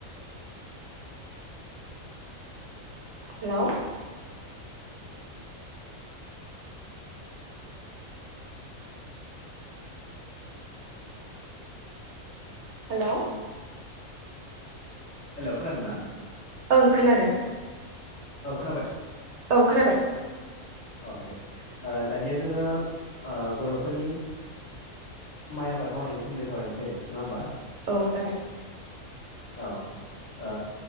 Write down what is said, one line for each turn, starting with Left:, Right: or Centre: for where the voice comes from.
Right: हेल। हेल।
Left: हेल खोनादों ना?
Right: ओं खोनादों।
Left: औ खोनाबाय
Right: औ खोनाबाय
Left: औ दे ओ दानिया जोङो ओ बरफोरनि माइ आबाद मावनायनि सोमोन्दै सावरायनोसै नङा होमबा।
Right: औ जागोन
Left: औ ओ